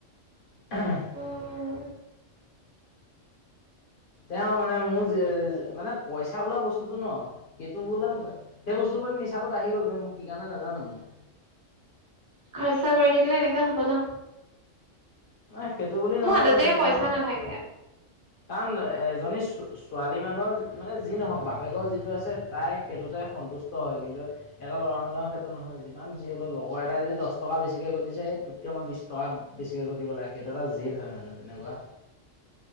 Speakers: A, on the left; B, on the right.
A: <unintelligible>
B: উম
A: তেওঁ মানে মোৰ যে মানে পইচা বোলা বস্তুটো ন সেইটো বোলা সেই বস্তুটোৰ ওপৰত নিচাটো বাঢ়ি গ'ল মোৰ কি কাৰণে নাজানো মই
B: খৰচা কৰি থাকিলে এনেকা হ'ব ন
A: নাই সেইটো বুলি নহয়
B: মো হাতত
A: মানে
B: যে
A: যি
B: পইচা
A: নহওক
B: নাথাকে
A: কাৰণ এজনী ছো ছোৱালী মানুহৰ মানে যি নহওক বাপেকৰ যিটো আছে তাই সেইটোতে সন্তুষ্ট হয় কিন্তু এটা ল'ৰা মানুহৰ সেইটো নহয় যিমান যি হ'লেও লগৰ এটাই যদি দছ টকা বেছিকৈ ঘটিছে তোতকে মই বিছ টকা বেছিকে ঘটিব লাগে সেইটো এটা জেদ হয় মানে তেনেকুৱা